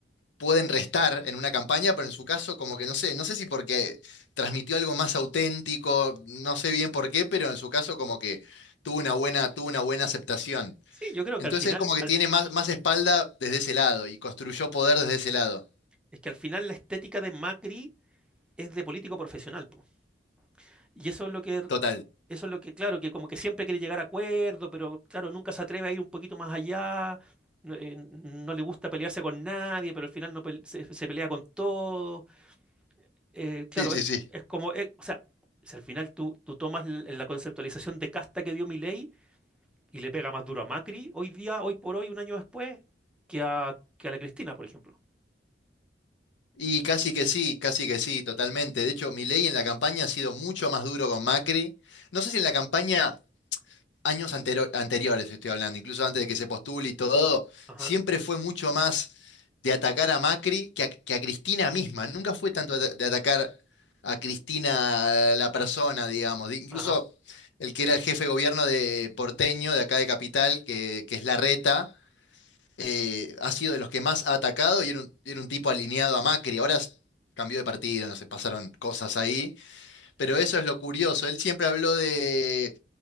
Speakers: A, on the left; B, in the centre.
A: pueden restar en una campaña, pero en su caso como que no sé, no sé si porque transmitió algo más auténtico, no sé bien por qué, pero en su caso como que tuvo una buena, tuvo una buena aceptación.
B: Sí, yo creo
A: Entonces
B: que al final,
A: él como que
B: al,
A: tiene más, más espalda desde ese lado y construyó poder desde ese lado.
B: Es que al final la estética de Macri es de político profesional, po. Y eso es lo que,
A: Total.
B: eso es lo que, claro, que como que siempre quiere llegar a acuerdo, pero claro, nunca se atreve a ir un poquito más allá. No, eh, no le gusta pelearse con nadie, pero al final no pel- se, se pelea con todo. Eh, claro,
A: Sí, sí,
B: es,
A: sí.
B: es como, eh, o sea, si al final tú, tú tomas l- la conceptualización de casta que dio Milei y le pega más duro a Macri hoy día, hoy por hoy, un año después, que a, que a la Cristina, por ejemplo.
A: Y casi que sí, casi que sí, totalmente. De hecho, Milei en la campaña ha sido mucho más duro con Macri. No sé si en la campaña, años antero- anteriores estoy hablando, incluso antes de que se postule y todo,
B: Ajá,
A: siempre fue mucho más de atacar a Macri que a, que a Cristina misma. Nunca fue tanto de, de atacar a Cristina eh, la persona, digamos. Di- Incluso
B: ajá.
A: el que era el jefe de gobierno de porteño, de acá de Capital, que, que es Larreta eh, ha sido de los que más ha atacado y era un, era un tipo alineado a Macri. Ahora s- cambió de partido, no sé, pasaron cosas ahí, pero eso es lo curioso. Él siempre habló de